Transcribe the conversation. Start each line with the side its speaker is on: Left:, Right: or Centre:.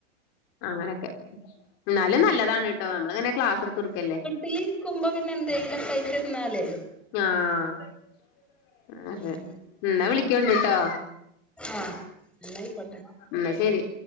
Left: അങ്ങനൊക്കെ എന്നാലും നല്ലതാണട്ടോ നമ്മള് ഇങ്ങനെ ക്ലാസ് എടുത്ത് കൊടുക്കല്ലേ
Centre: ഇലീക്കുമ്പ പിന്നെ എന്തേലേ കാ ചെന്നാലെ
Left: ആഹ ആ
Centre: ഉം
Left: എന്നാ വിളിക്കണ്ടിട്ടോ
Centre: ആഹ എല്ലായി പട്ട
Left: എന്നാ ശരി